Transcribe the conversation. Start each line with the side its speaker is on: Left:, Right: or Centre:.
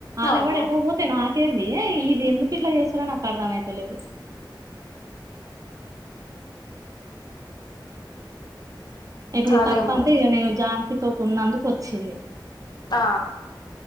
Right: ఆలేవాడ్
Left: అవును
Right: ఎటుపోతే నాకేంది ఇల్లేందుకిట్ల చేసురో నాకర్దిమైతలే ఇప్పుడు
Left: అలేం
Right: తప్ప అంతే ఇక నేను జానకి తోటి ఉన్నందుకు వచ్చింది
Left: ఆ